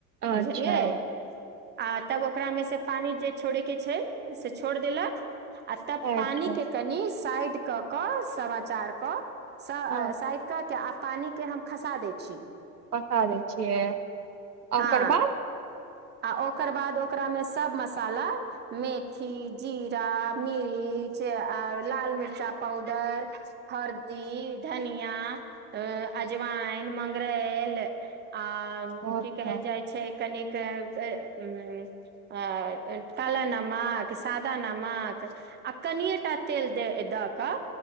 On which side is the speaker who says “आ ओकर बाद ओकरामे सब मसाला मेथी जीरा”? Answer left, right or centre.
Right